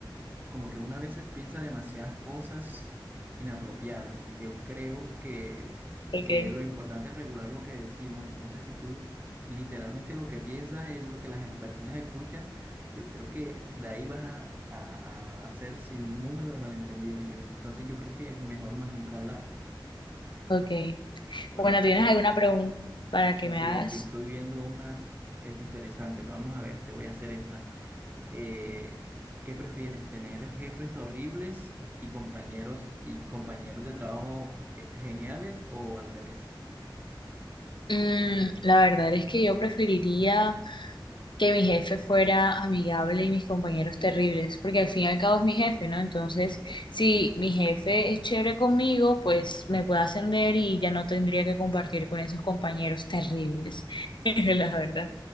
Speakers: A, on the right; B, on the left.
A: como que una a veces piensa demasiadas cosas inapropiadas y yo creo que,
B: Okay,
A: que lo importante es regular lo que decimos. Entonces, si tú literalmente lo que piensas es lo que las personas escuchan, yo creo que de ahí vas a, a, a hacer sin número de malentendidos. Yo, entonces, yo creo que es mejor más nunca hablar.
B: okay.
A: Bueno,
B: Bueno,
A: acá,
B: ¿tienes alguna pregunta para que
A: no,
B: me
A: sí,
B: hagas?
A: aquí estoy viendo unas es interesantes. Vamos a ver, te voy a hacer esta. eh, ¿qué prefieres? ¿Tener jefes horribles y compañeros y compañeros de trabajo eh, geniales o al revés?
B: Mm, la verdad es que yo preferiría que mi jefe fuera amigable y mis compañeros terribles, porque al fin y al cabo es mi jefe, ¿no? Entonces, si mi jefe es chévere conmigo, pues me puede ascender y ya no tendría que compartir con esos compañeros terribles, <laughs> la verdad.